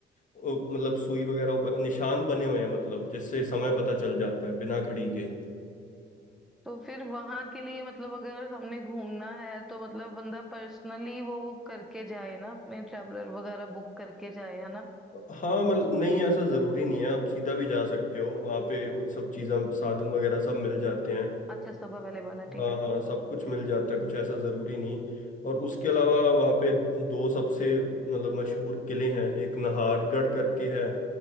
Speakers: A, on the left; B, in the centre.
A: वो मतलब सुई वगैरह वो ब- निशान बने हुए हैं मतलब जिससे समय पता चल जाता है बिना घड़ी के
B: तो फिर वहां के लिए मतलब अगर हमने घूमना है तो मतलब बंदा पर्सनली वो करके जाए ना अपने ट्रैवलर वगैरह बुक करके जाए है ना
A: हाँ मतलब नहीं ऐसा जरूरी नहीं है आप सीधा भी जा सकते हो वहाँ पे उस सब चीज़ें साधन वगैरह सब मिल जाते हैं
B: अच्छा सब अवेलेबल है ठीक
A: हाँ
B: है
A: हाँ सब कुछ मिल जाता है कुछ ऐसा जरूरी नहीं और उसके अलावा वहाँ पे दो सबसे मतलब मशहूर किले हैं एक नाहरगढ़ करके है